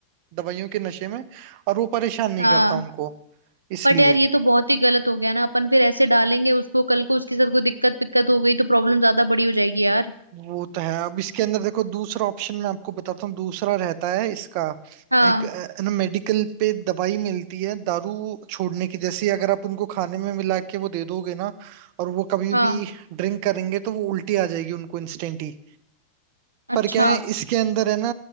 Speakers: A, on the right; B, on the right.
A: दवाइयों के नशे में और वो परेशान नहीं
B: हाँ
A: करता उनको इसलिए
B: बट यार ये तो बहुत ही गलत हो गया ना अपन फिर ऐसे डालेंगे उसको कल को उसके साथ कोई दिक्कत पिक्कत हो गई तो प्रॉब्लम ज्यादा बड़ी हो जाएगी यार
A: वो तो है अब इसके अंदर देखो दूसरा ऑप्शन मैं आपको बताता हूँ दूसरा रहता है इसका
B: हाँ
A: एक अ, ना मेडिकल पे दवाई मिलती है दारू छोड़ने की जैसे अगर आप उनको खाने में मिला के वो दे दोगे ना और वो कभी
B: हाँ
A: भी ड्रिंक करेंगे तो वो उल्टी आ जाएगी उनको इंस्टेंट ही
B: अच्छा
A: पर क्या है इसके अंदर है ना